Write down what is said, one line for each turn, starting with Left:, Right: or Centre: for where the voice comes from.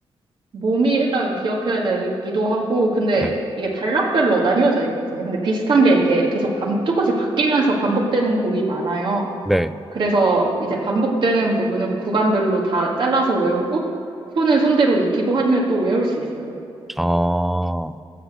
Right: 몸이 일단 기억해야 되기도 하고, 근데
Centre: 네.
Right: 이게 단락별로 나뉘어져 있거든요. 근데 비슷한 게 이렇게 계속 반, 조금씩 바뀌면서 반복되는 곡이 많아요.
Centre: 네.
Right: 그래서 이제 반복되는 부분은 구간별로 다 잘라서 외우고, 손은 손대로 익히고 하면 또 외울 수 있어요.
Centre: 아,